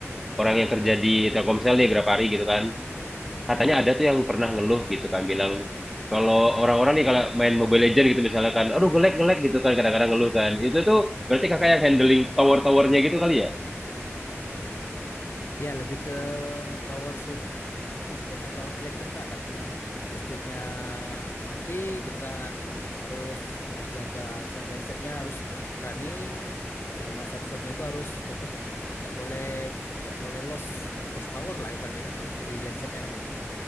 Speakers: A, in the centre; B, on the left.
A: orang yang kerja di Telkomsel nih berapa hari gitu kan?
B: ya
A: katanya ada tuh yang pernah ngeluh gitu kan bilang kalau orang-orang nih kalau main Mobile Legends gitu misalnya kan, aduh ngelag ngelag gitu kan kadang-kadang ngeluh kan. Itu tuh berarti kakak yang handling tower-towernya gitu kali ya?
B: ya lebih ke power sup support apa elektrik lah kalau misalnya listriknya mati kita harus harus jaga misalnya gensetnya harus running sama servernya itu harus tetap nggak boleh nggak boleh loss loss power lah ibaratnya kan untuk di gensetnya gitu.